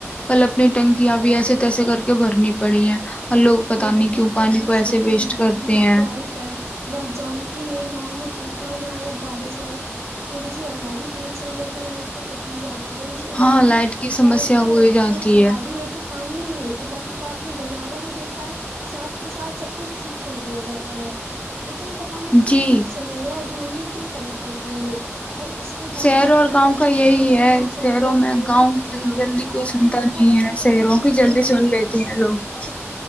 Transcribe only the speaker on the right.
یہ
بات
تو
آپ نے
صحیح کہ
ہی متا
ہے آپ
کیا ہی کریں اب آپ جانتی ہی ہیں گاؤں میں طوفان آئے یا بارش آئے تھوڑی سی ہب بھیی تیز چل جائے تو لائٹ تو کٹی جاتی ہے اس کے بعد
میں
لائٹ پہ
کوئی خرابی
ہو تو کام بھی نہیں تو بای کاپ نے بازار دیکھا ہے ساتھ کے ساتھ سب کچھ ٹھیک کر دیا جاتا ہے لیکن پت نہیں کیوں
جو شہر اور گاؤں میں کیوں فرق کرتے ہیں لوگ اور اس کے بعد
بھی کل
طوفان
تو
ماشاء
اللہ
بے
حد
بھیانک
تھا
آپ
نے دیکھا
تھا
کل کا
طوفان
کتنا
بھیانک
تھا